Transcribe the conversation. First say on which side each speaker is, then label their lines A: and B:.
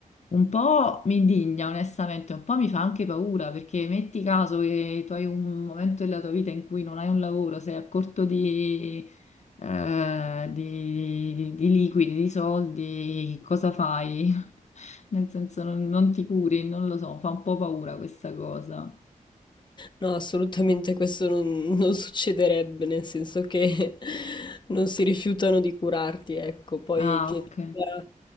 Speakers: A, on the left (about 55°); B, on the left (about 35°).
A: un po' mi indigna, onestamente, un po' mi fa anche paura, perché metti caso che tu hai un momento della tua vita in cui non hai un lavoro, sei a corto di, eh, di di- di liquidi, di soldi, cosa fai? Nel senso non, non ti curi, non lo so, fa un po' paura questa cosa.
B: No, assolutamente questo non, non succederebbe, nel senso che <laughs> non si rifiutano di curarti, ecco, poi
A: Ah,
B: che
A: ok.
B: tu abbia